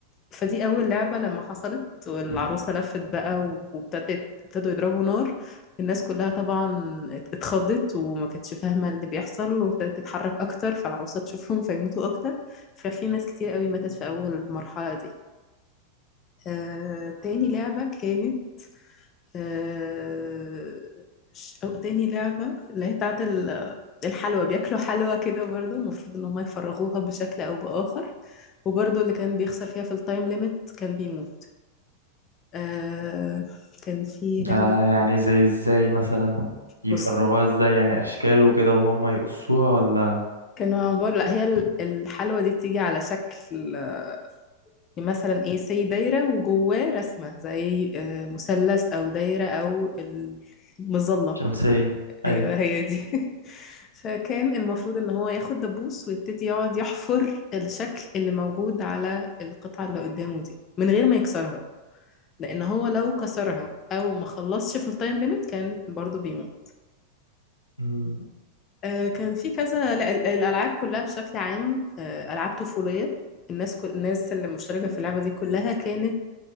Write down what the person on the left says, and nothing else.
فدي اول لعبه لما حصلت والعروسه لفت بقى و- وابتدت ابتدوا يضربوا نار الناس كلها طبعا ات- اتخضت وما كانتش فاهمه اللي بيحصل وابتدت تتحرك اكتر فالعروسه تشوفهم فيموتوا اكتر ففي ناس كتير قوي ماتت في اول المرحله دي آه، تاني لعبة كانت آه، مش- أو تاني لعبة اللي هي بتاعت ال- الحلوى بياكلوا حلوى كده برضه المفروض إن هما يفرغوها بشكل أو بآخر وبرضه اللي كان بيخسر فيها في التايم ليميت كان بيموت آه، كان في
لعبة
بص
كانوا عبارة لا هي ال- الحلوى دي بتيجي على شكل آه، مثلا ايه سي دايرة وجواه رسمة زي آه، مثلث أو دايرة أو المظلة
ايوه
هي دي <laughs> فكان المفروض ان هو ياخد دبوس ويبتدي يقعد يحفر الشكل اللي موجود على القطعة اللي قدامه دي من غير ما يكسرها لان هو لو كسرها او ما خلصش في التايم ليميت كان برضو بيموت
آه كان في كذا لا، ال- الالعاب كلها بشكل عام آه العاب طفولية الناس كل الناس اللي مشتركة في اللعبة دي كلها كانت